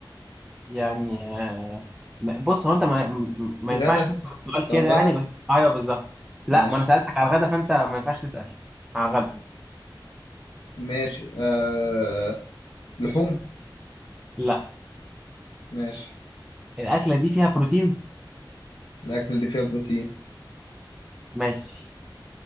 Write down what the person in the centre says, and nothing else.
يعني آه، م- بص هو انت ما, م- ما
ينفعش تسال السؤال
كده
يعني بس ايوه بالظبط لا
ما انا سالتك على الغدا فانت ما ينفعش تسال على الغدا
لا
الاكله دي فيها بروتين
ماشي